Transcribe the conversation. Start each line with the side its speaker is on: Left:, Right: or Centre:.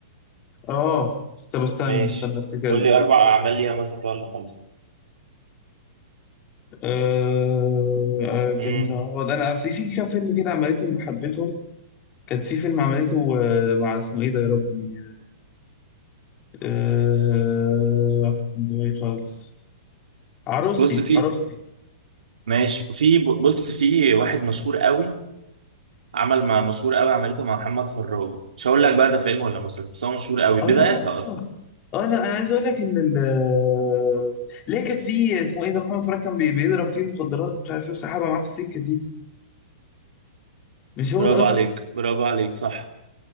Left: اه طب استنى
Right: ماشي
Left: استنى افتكر
Right: قول
Left: لك
Right: لي أربع أعمال ليها مثلا كده ولا خمسة
Left: آه آه، جميل
Right: مم.
Left: عوض انا في في كام فيلم كده عملتهم وحبيتهم كان في فيلم عملته آه، مع اسمه ايه ده يا ربي آه واحد من دماغي خالص عروستي
Right: بص في
Left: عروستي
Right: ماشي في بص في واحد مشهور قوي عمل مع مشهور قوي عملته مع محمد فراج مش هقول لك بقى ده فيلم ولا مسلسل بس هو مشهور قوي
Left: اه
Right: بدايتها أصلا
Left: آه، انا انا عايز اقول لك ان ال آه، ليه كانت في اسمه ايه ده محمد فراج كان بي- بيضرب فيه مخدرات ومش عارف ايه وسحبها معاه في السكه دي مش هو
Right: برافو
Left: ده قصدك
Right: عليك برافو عليك صح